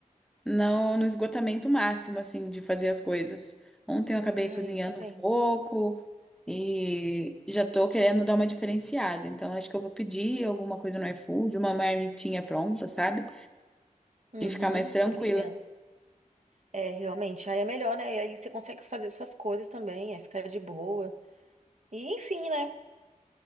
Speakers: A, in the centre; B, on the right.
A: no, no esgotamento máximo, assim, de fazer as coisas. Ontem eu acabei
B: Ah,
A: cozinhando
B: eu também.
A: um pouco e já tô querendo dar uma diferenciada. Então, acho que eu vou pedir alguma coisa no iFood, uma marmitinha pronta, sabe?
B: Uhum,
A: E ficar mais tranquila.
B: super entendo. É, realmente, aí é melhor, né? Aí você consegue fazer suas coisas também, é ficar de boa. E enfim, né?